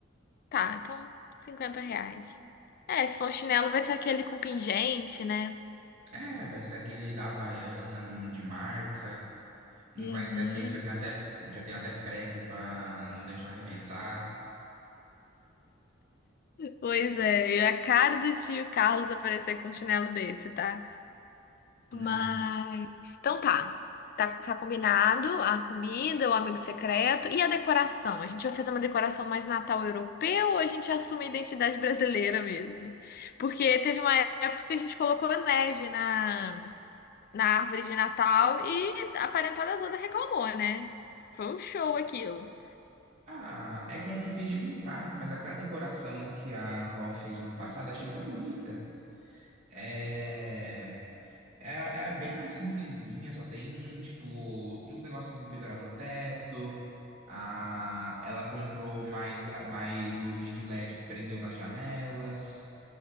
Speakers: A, on the left; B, on the right.
A: Tá, então 50 reais. É, se for um chinelo, vai ser aquele com pingente, né?
B: É, vai ser aquele da Havaiana, hum, de marca. Não
A: Uhum.
B: vai ser aquele que já tem até, já tem até prego pra não deixar arrebentar.
A: Pois é, e a cara do tio Carlos aparecer com um chinelo desse, tá?
B: né?
A: Mas, então tá. Tá, tá combinado a comida, o amigo secreto e a decoração. A gente vai fazer uma decoração mais Natal europeu ou a gente assume a identidade brasileira mesmo? Porque teve uma época que a gente colocou neve na, na árvore de Natal e a parentada toda reclamou, né? Foi um show aquilo.
B: Ah, é que é difícil de limpar, mas aquela decoração que a avó fez ano passado, achei tão bonita. É. É, é bem mais simplesinha, só tem, tipo, uns negocinho pendurado no teto. Ah, ela comprou mais, mais luzinha de LED, prendeu nas janelas.